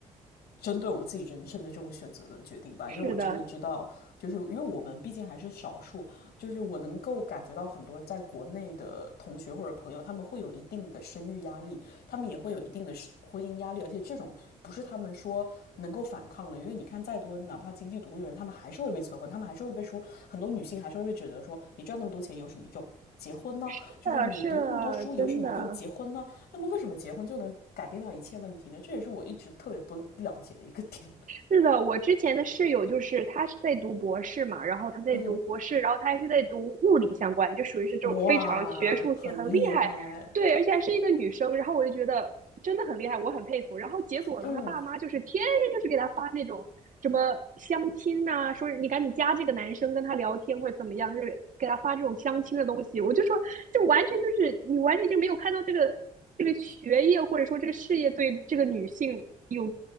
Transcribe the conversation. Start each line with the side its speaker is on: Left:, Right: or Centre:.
Left: 针对我自己人生的这种选择的决定吧，
Right: <laughs> 是的，
Left: 因为我真的知道，就是因为我们毕竟还是少数，就是我能够感觉到很多在国内的同学或者朋友，他们会有一定的生育压力，他们也会有一定的婚姻压力，而且这种不是他们说能够反抗的，因为你看再多，哪怕经济独立的人，他们还是会被催婚，他们还是会被说，很多女性还是会被指责说，你赚那么多钱有什么用？结婚呢？
Right: 是的，
Left: 就是你读那么多书有什么用？
Right: 是的，真的。
Left: 结婚呢？那么为什么结婚就能改变到一切问题呢？这也是我一直特别不不了解的一个点。<laughs>
Right: 是的，我之前的室友就是他是在读博士嘛，然后他在读博士，
Left: 嗯
Right: 然后他还是在读物理相关的，就属于是这种非常学术性很厉害，
Left: 哇，很厉害！
Right: 对，而且还是一个女生，然后我就觉得真的很厉害，我很佩服。然后结果呢，
Left: 嗯，
Right: 他爸妈就是天天就是给他发那种什么相亲呐、说你赶紧加这个男生跟他聊天或者怎么样，就是给他发这种相亲的东西，我就说就完全就是你完全就没有看到这个这个学业或者说这个事业对这个女性有